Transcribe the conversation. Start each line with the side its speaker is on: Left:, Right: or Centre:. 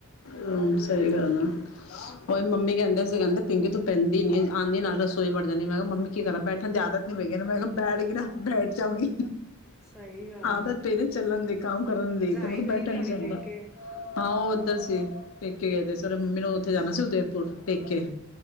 Left: ਹਮ ਸਹੀ ਗੱਲ ਆ ਉਹੀ ਮੰਮੀ ਕਹਿੰਦੇ ਸੀ ਕਹਿੰਦੇ ਪਿੰਕੀ ਤੂੰ ਬਹਿੰਦੀ ਨੀ ਆਉਂਦੀ ਨਾਲ ਰਸੋਈ ਵੜ ਜਾਂਦੀ ਮੈਂ ਕਿਹਾ ਮੰਮੀ ਕੀ ਕਰਾਂ ਬੈਠਣ ਦੀ ਯਿਆਦਤ ਨੀ ਪਈਗੀ ਮੈਂ ਕਿਹਾ ਬੈਠ ਗ ਨਾ ਬੈਠ ਜਾਊਗੀ
Centre: ਸਹੀ ਗੱਲ
Left: ਆਦਤ
Centre: ਹੈ
Left: ਪ ਨਾ ਚੱਲਣ ਦੀ ਕੰਮ ਕਰਨ
Centre: ਭਰਜਾਈ
Left: ਦੀ ਤੇ ਮੈਂ ਕਿਹਾ
Centre: ਗਈ
Left: ਬੈਠਾ
Centre: ਦੀ
Left: ਨੀ
Centre: ਹੋਣੀ
Left: ਜਾਂਦਾ
Centre: ਪੇਕੇ
Left: ਹਾਂ ਪੇਕੇ ਗਏ ਸੀ ਰੇ ਮੰਮੀ ਨੂੰ
Centre: ਅੱਛਾ
Left: ਉੱਥੇ ਜਾਣਾ ਸੀ ਉਦੇੈਪੁਰ ਪੇਕੇ